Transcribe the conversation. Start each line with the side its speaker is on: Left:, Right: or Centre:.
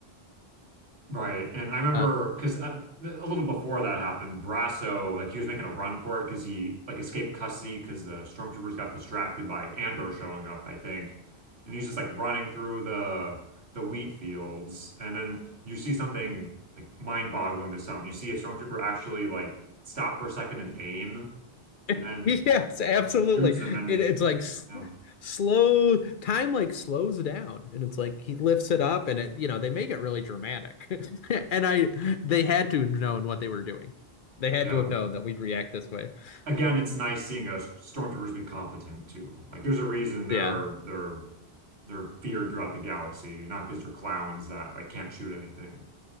Right: Right. And I remember
Left: Uh,
Right: because a a little before that happened, Brasso, like he was making a run for it because he like escaped custody because the stormtroopers got distracted by Andor showing up, I think. And he's just like running through the the wheat fields. And then you see something like mind-boggling to some. You see a stormtrooper actually like stop for a second and aim and
Left: <laughs>
Right: then
Left: Yes, absolutely.
Right: and shoots him and
Left: It, it's like s-
Right: yeah.
Left: slow time like slows down and it's like he lifts it up and it you know they make it really dramatic. <laughs> And I they had to have known what they were doing. They had
Right: Yeah.
Left: to have known that we'd react this way. <laughs>
Right: again, it's nice seeing us stormtroopers be competent too. Like there's a reason they're
Left: Yeah.
Right: they're they are feared throughout the galaxy, not because they're clowns that like can't shoot anything.